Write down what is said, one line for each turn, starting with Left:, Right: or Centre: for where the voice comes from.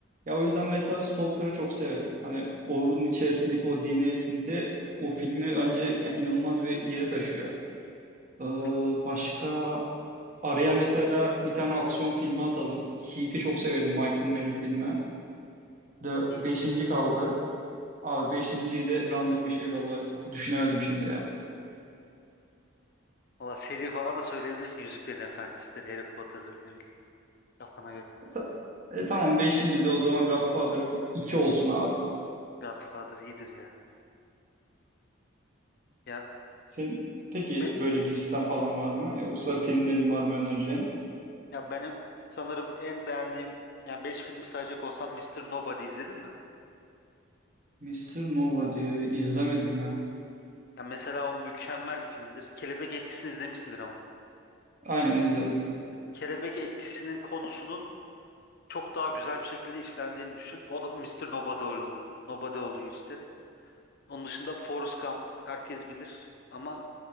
Right: Ya o yüzden mesela Stalker'ı çok severim. Hani Orhun içerisindeki o dini esinti o filmi bence ya, inanılmaz bir yere taşıyor. Ee,
Left: Peki
Right: başka araya mesela bir tane aksiyon filmi atalım. Heat'i çok severim Michael Mann'in filmi. De
Left: iyi.
Right: beşinci kaldı. Abi beşinciyi de random bir şey vallahi düşünemedim şimdi ya.
Left: Valla seri falan da söyleyebilirsin. Yüzüklerin Efendisi'dir, Harry Potter'dır ne bileyim. Kafana göre.
Right: E, Ta- E, tamam beşinci de o zaman Godfather iki olsun abi.
Left: Godfather iyidir ya. Ya
Right: Senin peki
Left: be-
Right: böyle bir listen falan var mı? Yoksa filmlerin var mı önereceğin?
Left: ya benim sanırım en beğendiğim yani 5 filmi sayacak olsam Mister Nobody izledin mi?
Right: Mister Nova diye izlemedim ya.
Left: Ya mesela o mükemmel bir filmdir. Kelebek Etkisi'ni izlemişsindir ama.
Right: Aynen izledim.
Left: Kelebek Etkisi'nin konusunun çok daha güzel bir şekilde işlendiğini düşün. O da Mister Nobody öyle oluyor. Nobody oluyor işte. Onun dışında Forrest Gump herkes bilir ama